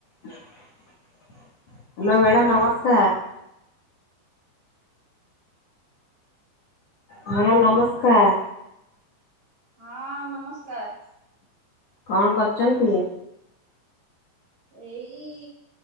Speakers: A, on the left; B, on the right.
A: Hello madam ନମସ୍କାର। Madam ନମସ୍କାର।
B: ହଁ ନମସ୍କାର।
A: କଣ କରୁଛନ୍ତି?
B: ଏଇ